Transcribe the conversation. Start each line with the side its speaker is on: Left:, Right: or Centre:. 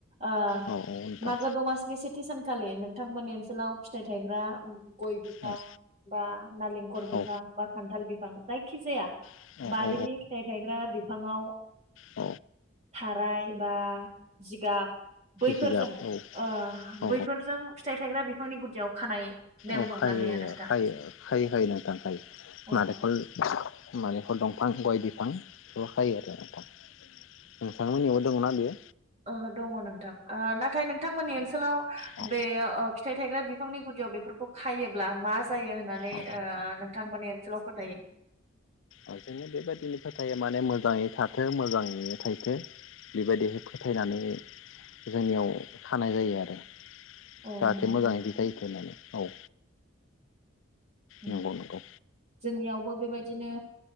Right: आ
Left: औ औ नोंथां
Right: मागो दमासिनि सेथि सानखालि नोंथांमोननि ओनसोलाव फिथाइ थायग्रा गय बिफां
Left: औ
Right: बा नालेंखर बिफां
Left: औ
Right: बा खान्थाल बिफां जायखिजाया
Left: औ
Right: बारिनि
Left: औ
Right: फिथाइ थायग्रा बिफाङाव
Left: औ
Right: थाराय बा जिगाब बैफोरजों
Left: जिगाब औ
Right: ओ
Left: औ
Right: बैफोरजों फिथाइ थायग्रा बिफांनि गुदियाव खानाय नेम
Left: औ
Right: दंना
Left: खायो
Right: गैया नोंथां?
Left: खायो खायो खायो नोंथां औ
Right: अ
Left: नारेखल माने खल दंफां गय बिफांफ्राव खायो आरो नोंथां नोंथां मोननियावबो दं ना बियो
Right: ओहो दङ नोंथां ओ नाथाय नोंथांमोननि ओनसोलाव
Left: औ
Right: बेयो ओ‌ फिथाइ थायग्रा बिफांनि गुदियाव बेफोरखौ खायोब्ला माज जायो होननानै
Left: औ
Right: ओ नोंथां मोनिद सोलाव फोथायो
Left: ओ जोंनि बेबायदिनो फोथायो माने मोजाङै थाथों मोजाङै थाइथो बेबायदिनो फोथायनानै जोंनियाव खानाय जायो आरो जाहाथे
Right: अ नंगौना
Left: मोजाङै
Right: नोंथां?
Left: बिथाय होथों होननानै औ
Right: अम
Left: नंगौ नंगौ
Right: जोंनियावबो बेबायदिनो